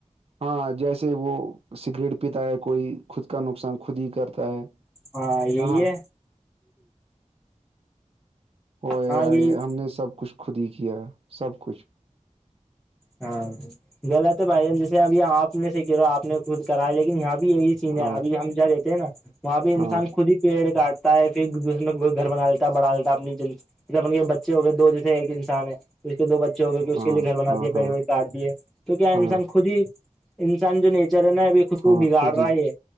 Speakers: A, on the right; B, in the centre.
A: ہاں جیسے وہ سگریٹ پیتا ہے کوئی خود کا نقصان خود ہی کرتا ہے
B: ہاں یہی
A: ہے نا ہو
B: ہاں
A: یار
B: یہی
A: ہم نے سب کچھ خود ہی کیا ہے سب کچھ
B: ہاں غط ہے بھائی جان جیسے اب آپ نے صح کہو آپ نے خود کرا ہے لیکن یہاں بھی یہی
A: ہاں
B: ابھی ہم جہ رہتے ہیں نا وہاں پہ انسان
A: ہاں
B: خود ہی پیڑ کاٹ تا ہے پھر ایک دوسرے میں کو گھر بنا لیتا بڑا لیتا اپنی جن جب اپ بچے ہو گئے دو جیسے ایک انسان ہے دو بچے ہو گئے کہ اس
A: ہاں
B: کے لیے گھر بنا
A: ہاں
B: دیے پیڑ
A: ہاں
B: پیڑ کاٹ دیے تو کیا انسان
A: ہاں
B: خود ہی انسان جو نیچر ہے نا ابھی خود کو
A: ہاں
B: بگاڑ
A: خود
B: رہا
A: ہی
B: ہے